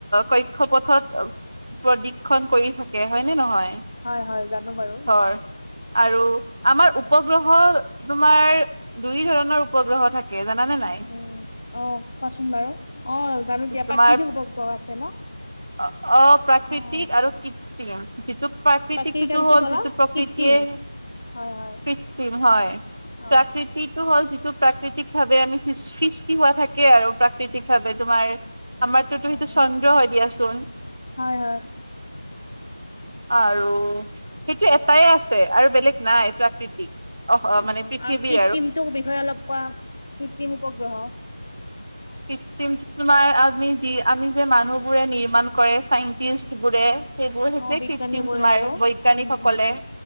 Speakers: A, on the right (about 65°); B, on the left (about 40°).
A: কক্ষ পথত প্ৰদিপ। ন কৰি থাকে হয় নে নহয়।
B: হয় হয় জানো বাৰু
A: ধৰ আৰু আমাৰ উপগ্ৰহ তোমাৰ দুই ধৰণৰ উপগ্ৰহ থাকে জানানে নাই।
B: উম। অ কোৱাচোন বাৰু অ জানো দিয়া
A: তোমাৰ
B: প্ৰাকৃতিক উপগ্ৰহ আছে ন
A: অপ্ৰাকৃতিক
B: অ',
A: আৰু কৃত্ৰিম যিটো। প্ৰাকৃতিকটোতো
B: প্ৰাকৃতিক আৰু
A: হ'ল
B: কি ক'লা
A: যিটো প্ৰকৃতিয়ে।
B: কৃত্ৰিম। হয় হয়।
A: কৃৃত্ৰিম হয়
B: অ'
A: প্ৰাকৃতিটো হল। প্ৰাকৃতিক ভাৱে আমি সৃষ্টি হোৱা থাকে আৰু প্ৰাকৃতিক ভাৱে তোমাৰ। আমাৰ তটোতটো হয়তো
B: অ'
A: চন্দ্ৰ হয়। দিয়াচোন
B: হয় হয়।
A: আৰু সেইটো এটাই আছে আৰু বেলেগ নাই প্ৰাকৃতিক অহ মানে
B: অ
A: পৃথিৱীৰ
B: আৰু কৃত্ৰিমটো বিষয়ে অলপ কোৱা কৃত্ৰিম উপগ্ৰহ।
A: কৃতিম তোমাৰ আমি যি আমি যে মানুহবোৰে নিৰ্মাণ কৰে চাইন্টিষ্টবোৰে। সেইবোৰ সেইটোৱে
B: অ বিজ্ঞানীবোৰে
A: কৃএিম তোমাৰ
B: আৰু
A: বৈজ্ঞানিকসকলে।
B: উম উম উম